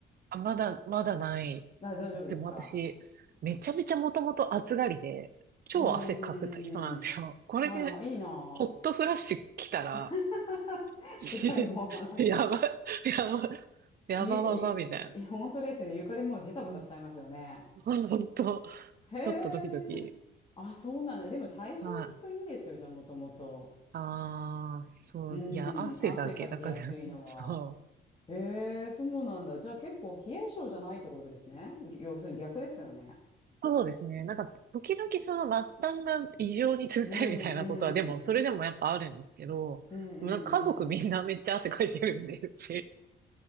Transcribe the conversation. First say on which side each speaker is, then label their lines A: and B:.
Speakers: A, on the right; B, on the left.
A: あ、まだ、まだない。
B: あ、大丈夫ですか
A: でも私、めちゃめちゃもともと暑がりで、超汗かく人なんですよ。
B: うん、うん、うん。
A: これで、
B: はいはい、いいな
A: ホットフラッシュ来たら、
B: ぁ。<laughs>
A: し、
B: すごいもうなんか、
A: <laughs> やば、やば、やばばばみたいな。
B: ゆた、ゆゆ本当ですね。床でもうジタバタしちゃいますよね。
A: うん。<laughs> 本当、
B: へえ。
A: ちょっとドキドキ。
B: あ、そうなんだ。でも代謝がきっといいんですよ、
A: はい。
B: じゃあ、もともと。
A: ああ、そう、
B: うん、
A: いや、汗だけだから、
B: 汗かきやすいのは。
A: <laughs> そう。
B: へえ、そうなんだ。じゃあ結構冷え性じゃないってことですね。要するに逆ですよね。
A: そうですね。なんか、時々その末端が異常に冷たいみたいなことは、
B: うんうん。
A: でも、それでもやっぱあるんですけど、
B: うんう
A: でもなんか家族みんなめっちゃ汗かいてるんで、
B: んうん。
A: うち。